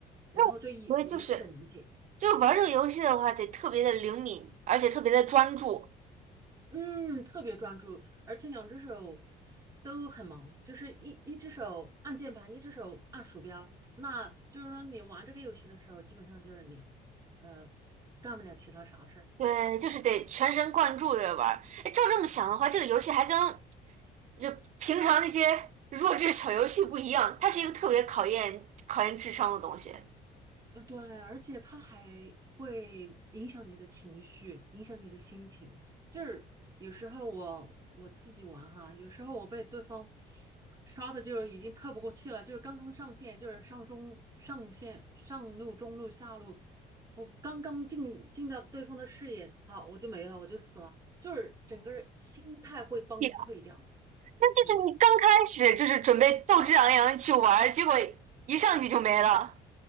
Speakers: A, on the right; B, on the right.
A: 那我觉得就是
B: 然后对于游戏的理解。
A: 就是玩这个游戏的话，得特别的灵敏，而且特别的专注。
B: 嗯，特别专注，而且两只手都很忙，就是一一只手按键盘，一只手按鼠标。那就是说，你玩这个游戏的时候，基本上就是你呃干不了其他啥事儿。
A: 对，就是得全神贯注的玩儿。哎，照这么想的话，这个游戏还跟就平常那些 <laughs> 弱智小游戏不一样，它是一个特别考验考验智商的东西。
B: 呃，对，而且他还会影响你的情绪，影响你的心情。就是有时候我我自己玩哈，有时候我被对方刷的就已经透不过气了，就是刚刚上线，就是上中上线上路、中路、下路，我刚刚进进到对方的视野，好，我就没了，我就死了，就是整个人心态会崩溃掉。
A: 对那就是你刚开始就是准备斗志昂扬的去玩儿，
B: 对。
A: 结果一上去就没了。